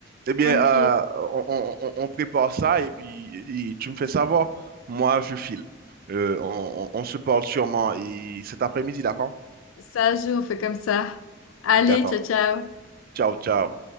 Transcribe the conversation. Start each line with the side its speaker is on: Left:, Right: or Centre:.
Right: Eh bien,
Left: Ok,
Right: euh, on, on- on- on prépare ça et puis et tu me fais savoir. Moi, je file. Euh, on, on on se parle sûrement et cet après-midi, d'accord?
Left: ça joue, on fait comme ça. Allez,
Right: D'accord.
Left: ciao ciao.
Right: Ciao, ciao.